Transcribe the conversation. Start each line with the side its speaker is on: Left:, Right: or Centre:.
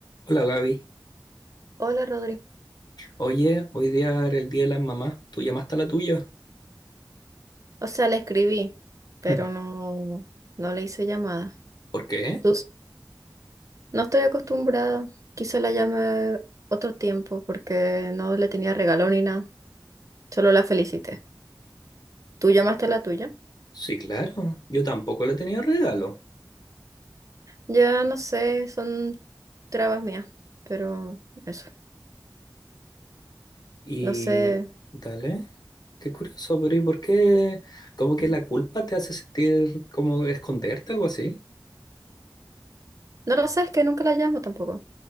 Left: Hola Gaby.
Right: Hola Rodri.
Left: Oye, hoy día era el día de las mamás. ¿Tú llamaste a la tuya?
Right: O sea, le escribí, pero
Left: <laughs>
Right: no, no le hice llamada.
Left: ¿Por qué?
Right: Tus- no estoy acostumbrada. Quizá la llame otro tiempo porque no le tenía regalo ni nada. Solo la felicité. ¿Tú llamaste a la tuya?
Left: Sí, claro. Yo tampoco le tenía regalo.
Right: Ya no sé, son trabas mías, pero eso.
Left: Y...
Right: No sé.
Left: Dale. Qué curioso, pero ¿y por qué? Como que la culpa te hace sentir como esconderte, algo así.
Right: No lo sé, es que nunca la llamo tampoco.